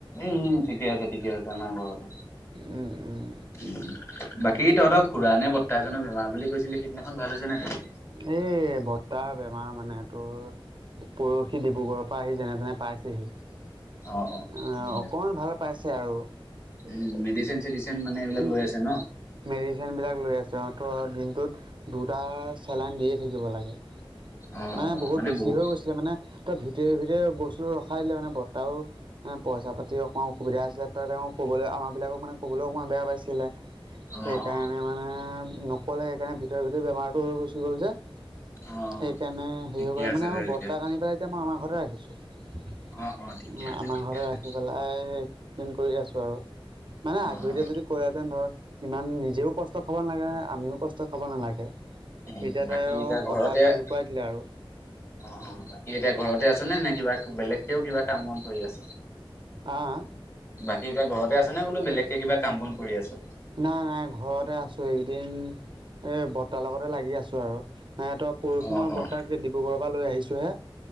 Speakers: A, on the left (about 30°); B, on the right (about 60°).
A: উম ঠিকে আছে ঠিকে আছে আমাৰ ঘৰতে।
B: উম, উম,
A: উম বাকী তহঁতৰ খুডৰা নে বত্তাহ এজনৰ বেমাৰ বুলি কৈছিলি সিদিনাখন ভাল হৈছে নে তাই।
B: এই বৰতাহ। বেমাৰ মানে তোৰ পৰহি ডিব্ৰুগড়ৰ পৰা আহি যেনে তেনে পাইছেহি।
A: অ অ ঠিকে
B: অকণমান
A: আছে
B: ভাল পাইছে আৰু।
A: উম মেডিচিন চেডিচিন মানে এইবিলাক
B: উম
A: লৈ আছে ন
B: মেডিচিন বিলাক লৈ আছে অহ ত দিনটোত দুটা চেলন দিয়ে থাকিব লাগে।
A: অ
B: মানে
A: অ
B: বহুত বেছি
A: বহু
B: হৈ গৈছিলে মানে তই ভিত টেই ভিতৰে বস্তু ৰখাই দিলে মানে বতাও মানে পইচা পাতি অকণমান অসুবিধা আছিলে ত তেওঁ ক'বলৈ আমাৰ বিলাকক মানে ক'বলৈও অকণমান বেয়া পাইছিলে
A: অ
B: সেইকাৰণে
A: অ
B: মানে নকলে সেইকাৰণে ভিতৰে ভিতৰে বেমাৰটো হৈ গুচি গ'ল যে
A: অ
B: সেইকাৰণে হেৰি
A: ঠিকে
B: হৈ কৰে
A: আছে
B: মানে
A: দে
B: আৰু
A: তেতিয়া
B: বৰ্তাক আনি পেলাই এতিয়া মই আমাৰ ঘৰতে ৰাখিছো। আমাৰ
A: অ অ ঠিকে আছে ঠিকে
B: ঘৰতে
A: আছে
B: ৰাখি পেলাই ট্ৰিটমেণ্ট কৰি আছো আৰু। মানে আগধৰিতে
A: অ অ অ
B: যদি ক'লেহেঁতেন ধৰ ইমান নিজেও কষ্ট খাব নালাগে আমিও কষ্ট খাব নালাগে।
A: উ
B: এতিয়া
A: বাকী
B: তেওঁ
A: এতিয়া
B: কথাবিলাক
A: ঘৰতে অ
B: লুকুৱাই দিলে আৰু
A: অ বাকী এতিয়া ঘৰতে আছ নে নে কিবা বেলেগ কেও কিবা কামত ধৰি আছে
B: আহ
A: বাকী এতিয়া ঘৰত তে আছে নে বোলো বেলেকে কাম বন কৰি আছে।
B: নাই নাই ঘৰতে আছো এইকেইদিন এ বৰ্তাৰ লগতে লাগি আছো আৰু। হেত পৰহি
A: অ',
B: মই
A: অ',
B: বৰ্তাক ডিব্ৰুগড়ৰ পৰা লৈ আহিছোঁহে